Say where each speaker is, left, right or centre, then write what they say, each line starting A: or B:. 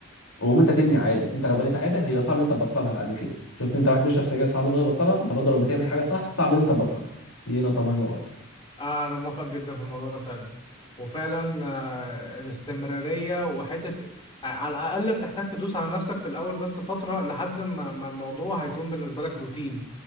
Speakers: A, on the left; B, on the left.
A: ومهم انت تبني عاده انت لو بنيت عاده هيبقى صعب ان انت تبطلها بعد كده شفت انت واحد بيشرب سجاير صعب ان هو يبطلها انت برضه لو بتعمل
B: امم
A: حاجه صح صعب ان انت تبطلها دي نقطه مهمه برضه
B: آه انا موافق جدا في الموضوع ده فعلا وفعلا آه الاستمرارية وحتة ع- على الاقل بتحتاج تدوس على نفسك في الاول بس فترة لحد ما ما الموضوع هيكون بالنسبة لك روتين